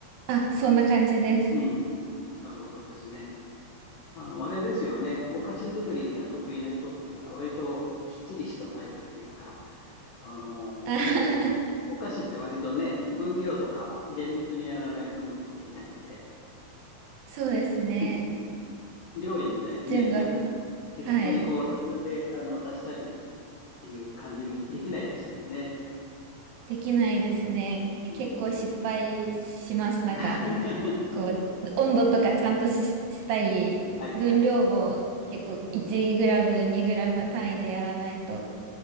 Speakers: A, on the right (about 75°); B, on the left (about 70°).
A: あ、そんな感じです。
B: うん、うん、うん。なるほどですね。あの、あれですよね。お菓子作りが得意な人っていうのは割ときっちりしたタイプっていうか、あの、
A: <laughs> あはは
B: おお菓子って割とね、分量とかを厳密にやらないとうまくできないんで、
A: そうですね。
B: うん料理みたいにね、
A: 全部、
B: て
A: あ
B: 適当にこう途中であの足したりっ
A: はい。
B: ていう感じできないですもんね。
A: できないですね。
B: うん。
A: 結構失敗します。
B: <laughs>
A: なんか、こう、温度とかちゃんとし、したり、
B: はいはい。
A: 分量も結構1グラム、2グラム単位でやらないと